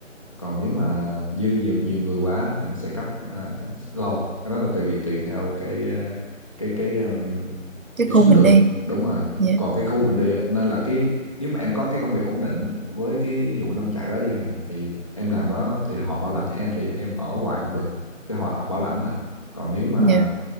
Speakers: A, on the left; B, on the right.
A: còn nếu mà dư nhiều nhiều người quá thì nó sẽ cấp à, lâu cái đó là tùy tùy theo cái à, cái cái um,
B: cái
A: cái
B: khu
A: số
B: mình
A: lượng
B: đi
A: đúng rồi
B: dạ
A: còn cái khu mình đi á, nên là cái nếu mà em có cái công việc ổn định với cái vụ nông trại đó đi chẳng hạn thì em làm đó thì họ bảo lãnh cho em thì em ở hoài cũng được chứ họ bảo lãnh mà còn nếu mà
B: dạ